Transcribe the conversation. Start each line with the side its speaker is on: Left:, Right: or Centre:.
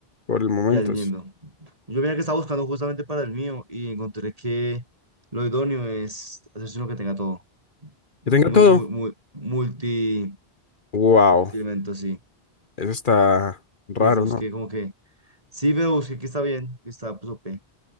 Left: por el momento.
Right: Ya entiendo.
Left: sí.
Right: Yo mira que estaba buscando justamente para el mío y encontré que lo idóneo es hacerse uno que tenga todo.
Left: Que tenga
Right: Muy,
Left: todo.
Right: muy, muy, multi,
Left: Wow,
Right: multi elemento, sí.
Left: eso está raro,
Right: Y eso busqué
Left: ¿no?
Right: como que, sí, pero busqué que está bien, que está, pues, OP.